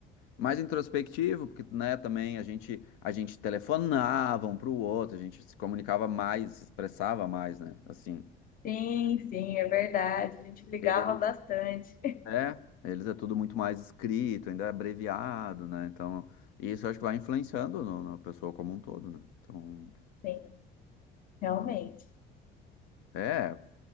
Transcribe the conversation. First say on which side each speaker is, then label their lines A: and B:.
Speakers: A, on the left; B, on the left.
A: mais introspectivo, porque, né, também a gente a gente telefonava um para o outro, a gente se comunicava mais, se expressava mais, né? Assim,
B: Sim, sim, é verdade. A gente ligava
A: eles
B: bastante.
A: é, eles é tudo muito mais escrito, ainda é abreviado, né? Então, isso eu acho que vai influenciando no- na pessoa como um todo, né? Então,
B: Sim, realmente.
A: é,